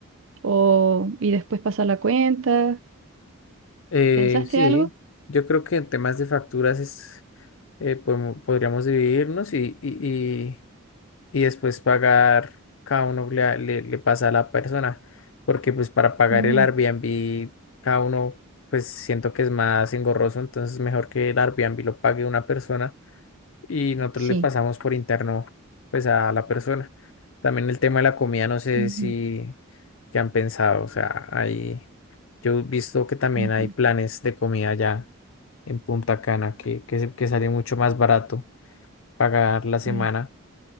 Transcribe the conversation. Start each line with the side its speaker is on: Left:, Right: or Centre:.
Right: o, y después pasa la cuenta?
Left: Eh,
Right: ¿Pensaste
Left: sí,
Right: algo?
Left: yo creo que en temas de facturas es, eh, podemo- podríamos dividirnos y, y, y, y después pagar, cada uno le, le, le pasa a la persona, porque pues para pagar
Right: Ujú,
Left: el Airbnb, cada uno, pues siento que es más engorroso, entonces mejor que el Airbnb lo pague una persona y nosotros
Right: Sí.
Left: le pasamos por interno pues a la persona. También el tema de la comida, no sé
Right: Ujú,
Left: si qué han pensado, o sea, hay, yo he visto que también
Right: ujú.
Left: hay planes de comida ya en Punta Cana que, que, se- que sale mucho más barato pagar la semana
Right: Sí.